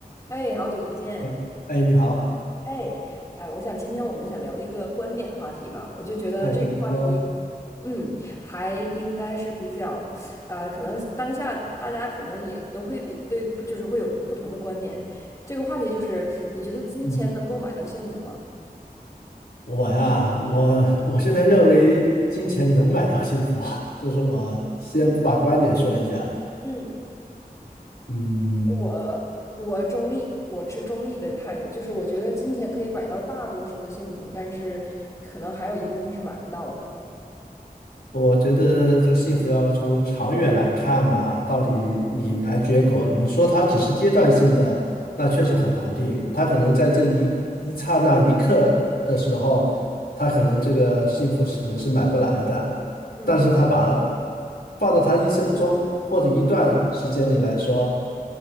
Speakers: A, on the left; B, on the left.
A: 哎，好久不见！
B: 哎，哎，你好，
A: 哎，哎，我想今天我们想聊一个观点话题吧，我就觉得这个话题，
B: 哎，你说，
A: 嗯，还应该是比较，呃，可能当下大家可能也都会比对，不就是会有不同的观点。这个话题就是，你觉得金钱能够买到幸福吗？
B: 嗯，我呀，我我现在认为金钱能买到幸福啊，这是我先把观点说一下。
A: 嗯
B: 嗯，
A: 我我中立，我持中立的态度，就是我觉得金钱可以买到大多数的幸福，但是可能还有一部分是买不到的。
B: 我觉得这个幸福要从长远来看吧，到底以来结果。你说它只是阶段性的，那确实很难定。它可能在这一一刹那一刻的时候，
A: 嗯，
B: 它可能这个幸福是可能是买不来的，
A: 嗯
B: 但是他把放在他一生中或者一段时间里来说，